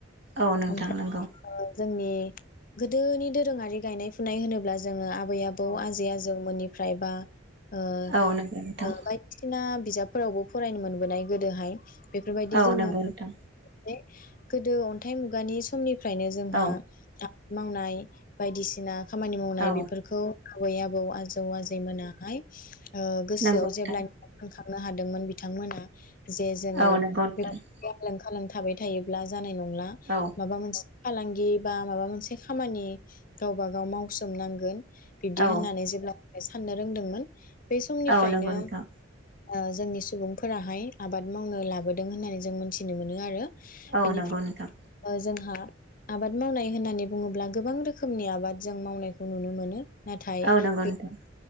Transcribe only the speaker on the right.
औ नोंथां
नोंगौ।
औ
औ नंगौ नोंथां
औ
नंगौ नोंथां
औ
औ
नंगौ नोंथां
औ नंगौ नोंथां
औ
औ
औ नंगौ नोंथां
औ
नंगौ नोंथां
औ नंगौ
नोंथां